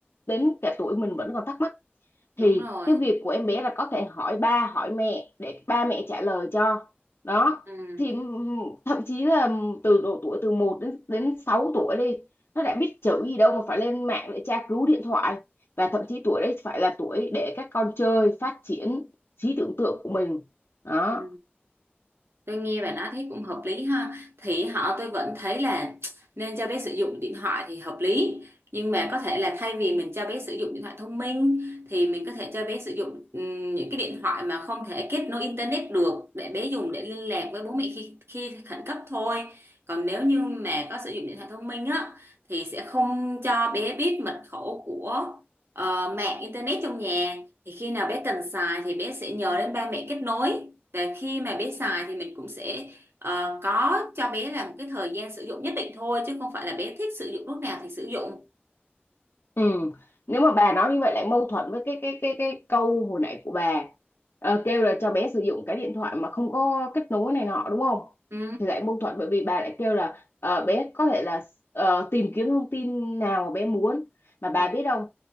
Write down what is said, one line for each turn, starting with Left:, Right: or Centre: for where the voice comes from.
Left: đến cả tuổi mình vẫn còn thắc mắc
Right: đúng
Left: thì
Right: rồi
Left: cái việc của em bé là có thể hỏi ba hỏi mẹ để ba mẹ trả lời cho đó
Right: ừ.
Left: thì ừm, thậm chí là từ độ tuổi từ một đến đến 6 tuổi đi nó đã biết chữ gì đâu mà phải lên mạng để tra cứu điện thoại và thậm chí tuổi đấy phải là tuổi để các con chơi phát triển trí tưởng tượng của mình đó
Right: Ừ. Tôi nghe bạn nói thấy cũng hợp lý ha Thì họ tôi vẫn thấy là <tsk> nên cho bé sử dụng điện thoại thì hợp lý Nhưng mà có thể là thay vì mình cho bé sử dụng điện thoại thông minh Thì mình có thể cho bé sử dụng ừm, những cái điện thoại mà không thể kết nối internet được Để bé dùng để liên lạc với bố mẹ khi, khi khẩn cấp thôi Còn nếu như mà có sử dụng điện thoại thông minh á Thì sẽ không cho bé biết mật khẩu của ờ, mạng internet trong nhà Thì khi nào bé cần xài thì bé sẽ nhờ đến ba mẹ kết nối để khi mà bé xài thì mình cũng sẽ ờ, có cho bé là một cái thời gian sử dụng nhất định thôi chứ không phải là bé thích sử dụng lúc nào thì sử dụng.
Left: Ừ. Nếu mà bà nói như vậy lại mâu thuẫn với cái cái cái cái câu hồi nãy của bà Ờ, kêu là cho bé sử dụng cái điện thoại mà không có kết nối này nọ đúng không?
Right: Ừ.
Left: Thì lại mâu thuẫn bởi vì bà lại kêu là ờ, bé có thể là ờ, tìm kiếm thông tin nào mà bé muốn mà bà
Right: Ừ.
Left: biết không